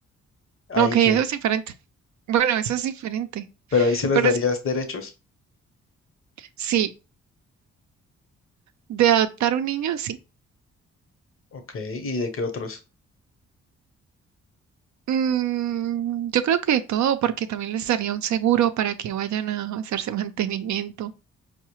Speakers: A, on the left; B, on the right.
A: Ahí
B: Ok,
A: que,
B: eso es diferente. Bueno, eso es diferente.
A: pero ahí se les
B: Pero
A: darías
B: es,
A: derechos,
B: sí, de adoptar un niño, sí.
A: ok, ¿y de qué otros?
B: Mm, yo creo que de todo, porque también les daría un seguro para que vayan a hacerse <laughs> mantenimiento,